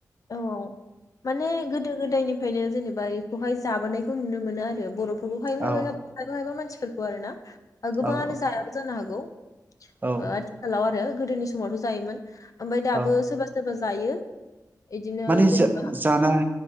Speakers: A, on the left (about 55°); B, on the right (about 25°).
A: औ औ माने गोदो गोदायनि फायनो जेनेबा बेखौहाय जाबोनायखौ नुनो मोनो आरो बर'फोरखौ <unintelligible> खायफा
B: औ
A: खायफा मानसि फोरखौ आरो ना। दा गोबाङानो
B: औ
A: जायाबो जानो हागौ ओ
B: औ
A: आथिखालाव आरो गोदोनि समावथ' जायोमोन ओमफ्राय दाबो
B: औ
A: सोरबा सोरबा जायो इदिनो
B: माने
A: जेनेबा
B: जा-जाना